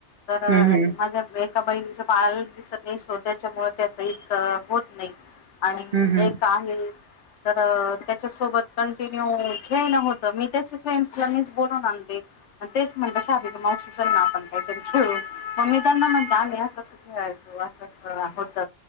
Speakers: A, on the left; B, on the right.
A: तर
B: हम्म हम्म
A: माझ्या एका बहिणीचे बाळा दिसत नाही स्वतःच्या मूळ त्याच इतक होत नाही, आणि
B: हम्म हम्म
A: एक आहे तर त्याच्यासोबत कंटिन्यू खेळणं होतं मी त्याचे फ्रेंडस मीच बोलवून आणते, तेच म्हणत सारिका मावशी ना आपण काहीतरी खेळू मग मी त्यांना म्हणत आम्ही असंं खेळायचो असं अस होत